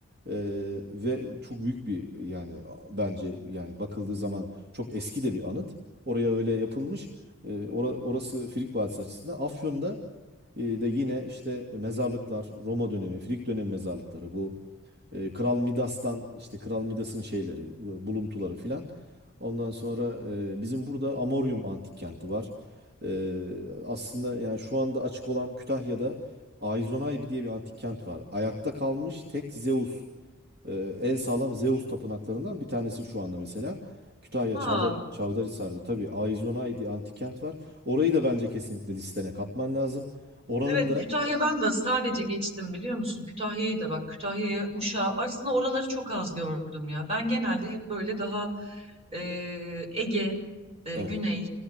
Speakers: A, on the right; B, on the right.
A: Ee, ve çok büyük bir yani bence yani bakıldığı zaman çok eski de bir anıt. Oraya öyle yapılmış. Ee, ora- orası Frig Vadisi açısından. Afyon'da e, de yine işte mezarlıklar, Roma dönemi, Frig dönemi mezarlıkları bu. e, Kral Midas'tan işte Kral Midas'ın şeyleri, bu- buluntuları filan. Ondan sonra e, bizim burada Amorium antik kenti var. E, aslında yani şu anda açık olan Kütahya'da Ayzonay diye bir antik kent var. Ayakta kalmış tek Zeus ee, en sağlam Zeus tapınaklarından bir tanesi şu anda mesela. Kütahya
B: Ha.
A: Çavdar, Çavdarhisar'da tabii Aizonay diye antik kent var. Orayı da bence kesinlikle listene katman lazım. Oranın
B: Evet
A: da
B: Kütahya'dan da sadece geçtim biliyor musun? Kütahya'yı da bak Kütahya'ya, Uşak'a aslında oraları çok az gördüm ya. Ben genelde hep böyle daha e, Ege, e,
A: evet
B: Güney,